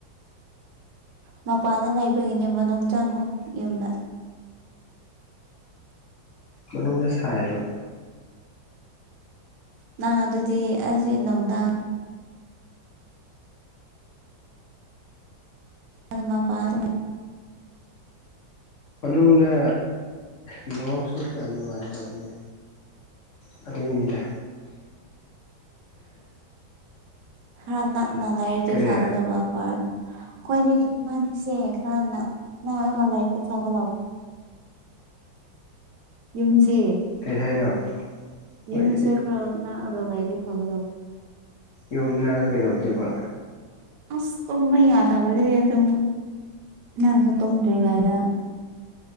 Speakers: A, on the right (about 70°); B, on the left (about 55°).
A: ꯃꯄꯥꯟꯅ ꯂꯩꯕꯒꯤꯅꯦ ꯃꯅꯨꯡ ꯆꯪꯉꯨ ꯌꯨꯝꯗ
B: ꯃꯅꯨꯡꯗ ꯁꯥꯏꯕ
A: ꯅꯪ ꯑꯗꯨꯗꯤ ꯑꯁꯤꯁ ꯅꯨꯡꯗꯥꯡ ꯑꯗꯨ ꯄꯥꯔ
B: ꯃꯅꯨꯡꯗ ꯅꯦꯠꯋꯥꯛꯁꯨ ꯀꯌꯥ ꯅꯨꯡꯉꯥꯏꯇꯕꯅꯦ ꯇꯃꯤꯅꯤꯗ
A: ꯔꯥꯟꯥꯛ ꯅꯉꯥꯏꯔꯗꯤ
B: ꯀꯔꯤ
A: ꯐꯒꯗꯧꯕ ꯀ ꯑꯩꯈꯣꯏꯅꯦ ꯃꯥꯅꯤꯁꯦ ꯈꯔꯟꯅ ꯅꯥꯔꯒ ꯂꯩꯔꯤꯛꯇ ꯐꯒ ꯂꯧꯋꯤ ꯌꯨꯝꯁꯦ
B: ꯀꯩ ꯍꯥꯏꯅꯣ ꯍꯣꯏ
A: ꯌꯨꯝꯁꯦ ꯈꯔ ꯅꯅꯥꯛꯑꯒ ꯂꯩꯗꯤ ꯐꯒꯗꯕ
B: ꯌꯨꯝ ꯅꯥꯒ ꯀꯩꯗꯧꯗ꯭ꯔꯤꯕ
A: ꯑꯁ ꯊꯃ ꯌꯥꯗꯒꯗꯤꯦ ꯑꯗꯨ ꯅꯪꯁꯨ ꯇꯨꯝꯗ꯭ꯔꯤꯉꯩꯗ